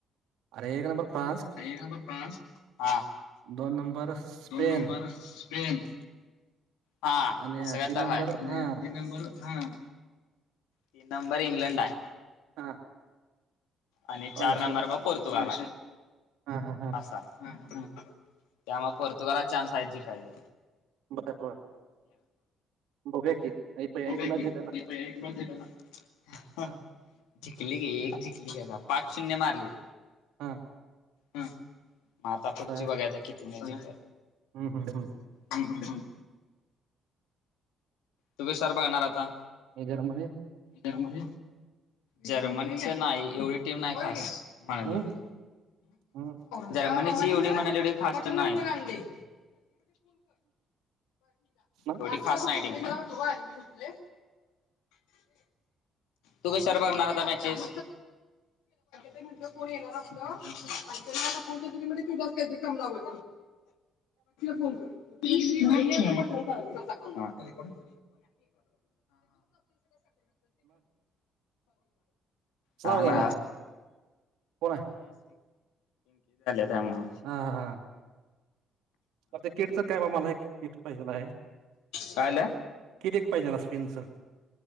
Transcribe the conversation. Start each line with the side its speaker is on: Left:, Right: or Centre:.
Right: अरे एक नंबर फ्रान्स
Left: एक नबर फ्रानस ह
Right: दोन नंबर स्पेन
Left: दोन नंबर स्पेन, हा
Right: आणि
Left: असं काय
Right: तीन
Left: तर
Right: नंबर
Left: ह
Right: हा
Left: तीन नंबर, तीन नंबर इंग्लंड आहे.
Right: हा
Left: आणि चार
Right: हा विषय
Left: नंबर मा पोर्तुगाल,
Right: हा हा हा
Left: असा- त्यामुळे पोर्तुगाला चान्स आहे जिकायचं,
Right: बघूया की एक एक
Left: बघूया
Right: मॅच
Left: की,
Right: जिंका ना
Left: मी पण एक मोजक ए ना,
Right: हा
Left: जंकली की एक जिंकली गं, पाच शून्य मारली,
Right: हा,
Left: हम्म, मग आता
Right: असं
Left: पुढची
Right: आहे
Left: बघायचं कितीने जिंकेल?
Right: हम्म हम्म हम्म
Left: हम्म.. तुम्ही सर बघणार आता?
Right: हे घर मधे
Left: जर्मनी? जर्मनच नाही, एवढी टीम नाही खास- म्हणाल
Right: हम्म
Left: एवढी,
Right: हम्म
Left: जर्मनी एवढी म्हणाली एवढी फास्ट नाही-
Right: हम्म
Left: एवढी खास नाही, कुठले? तू कश्यावर बघणार आता मॅचेस? म्हज कोण येणार असल आणि त्या मध्ये कोण तुझच काही तरी कम लाव- फोन कर <unintelligible> <unintelligible> <unintelligible> हा
Right: लाव याला
Left: ना,
Right: कोण आहे
Left: त्यामुळं
Right: हा हा हा, तर ते किटच काय बा? मला एक किट पाहिजेल आहे.
Left: कायला?
Right: किट एक पाहिजेल अ स्पेनचं.